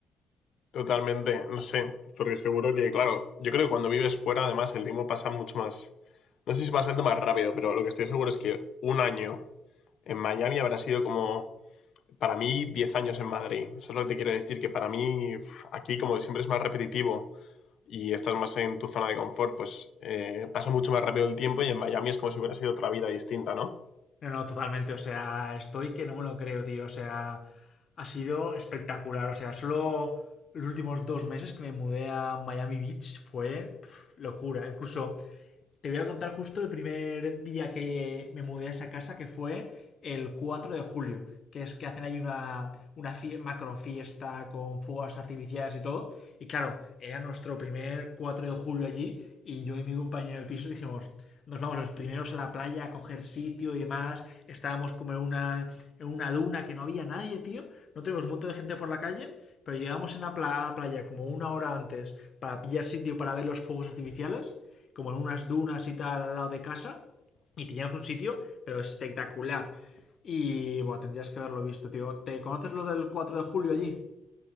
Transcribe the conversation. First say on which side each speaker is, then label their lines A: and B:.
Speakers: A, on the left; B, on the left.
A: Totalmente, no sé, porque seguro que, claro, yo creo que cuando vives fuera, además, el tiempo pasa mucho más, no sé si más lento o más rápido, pero lo que estoy seguro es que un año en Miami habrá sido como para mí 10 años en Madrid. Eso es lo que te quiero decir, que para mí aquí como siempre es más repetitivo y estás más en tu zona de confort, pues eh, pasa mucho más rápido el tiempo y en Miami es como si hubiera sido otra vida distinta, ¿no?
B: No, no, totalmente. O sea, estoy que no me lo creo, tío. O sea, ha sido espectacular. O sea, solo los últimos dos meses que me mudé a Miami Beach fue pf, locura. Incluso te voy a contar justo el primer día que me mudé a esa casa, que fue el 4 de julio, que es que hacen ahí una, una fie- macro fiesta con fuegos artificiales y todo. Y claro, era nuestro primer 4 de julio allí y yo y mi compañero de piso dijimos, nos vamos los primeros a la playa a coger sitio y demás. Estábamos como en una, en una duna que no había nadie, tío. No tuvimos un montón de gente por la calle, pero llegamos en la pla- a la playa como una hora antes para pillar sitio para ver los fuegos artificiales como en unas dunas y tal al lado de casa. Y teníamos un sitio, pero espectacular. Y bueno, tendrías que haberlo visto, tío. ¿Te conoces lo del 4 de julio allí?